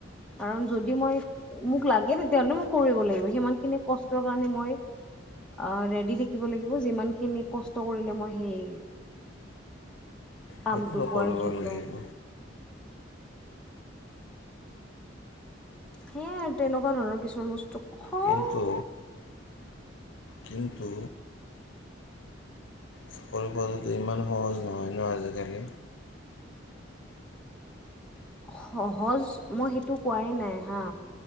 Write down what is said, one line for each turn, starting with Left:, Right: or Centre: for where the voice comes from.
Centre: কাৰণ যদি মই মোক লাগে তেতিয়াহ'লে মই কৰিব লাগিব সিমানখিনি কষ্টৰ কাৰণে মই অহ, ৰেডি থাকিব লাগিব যিমানখিনি কষ্ট কৰিলে মই সেই কামটো
Left: সেইটোতো
Centre: পোৱাৰ
Left: কৰিব
Centre: যোগ্য।
Left: লাগিব
Centre: সেই আৰ তেনেকুৱা ধৰণৰ কিছুমান বস্তু খং
Left: কিন্তু কিন্তু চাকৰি পোৱাটোতো ইমান সহজ নহয় ন আজিকালি।
Centre: সহজ, মই সেইটো কোৱাই নাই হা।